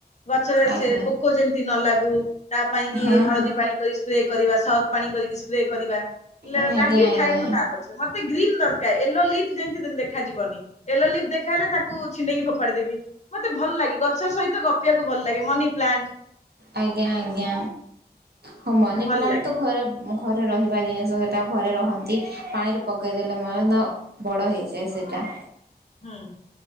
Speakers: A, on the left (about 40°); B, on the right (about 70°).
A: ଗଛରେ
B: ଆଜ୍ଞା
A: ସେ ପୋକ ଯେମିତି ନ ଲାଗୁ ତା ପାଇଁ କି
B: ହଁ
A: ହଳଦୀ
B: ହଁ
A: ପାଣି କରି ସ୍ପ୍ରେ କରିବା ସରଫ ପାଣି କରିକି ସ୍ପ୍ରେ କରିବା
B: ଆଜ୍ଞା
A: ଲାଗିଥାଏ
B: ଆଜ୍ଞା
A: ମୁଁ ତା ପଛରେ ମତେ ଗ୍ରୀନ୍ ଦରକାର ଏ ୟେଲୋ ଲିଫ୍ ଯେମିତି ଦେଖାଯିବନି। ୟଲୋ ୟେଲୋ ଲିଫ ଦେଖାହେଲେ ହେ ତାକୁ ଛିଣ୍ଡେଇକ ଫୋଡି ଦେବି। ମତେ ଭଲ ଲାଗେ ଗଛ ସହିତ ଗ ଭଲ ଲାଗେ ମନି ପ୍ଲାଣ୍ଟ
B: ଆଜ୍ଞା ଆଜ୍ଞା। ହଁ ମନି
A: ଭଲ
B: ପ୍ଲାଣ୍ଟ
A: ଲାଗେ
B: ତ ଘରେ ଘରେ ରହିବ। ବା ଜିନିଷ ସେଟା ଘରେ ରହନ୍ତି। ପାଣିରେ ପକେଇ ଦେଲେ ମଧ୍ୟ ବଡ ହେଇଯାଏ ସେଟା।
A: ହୁଁ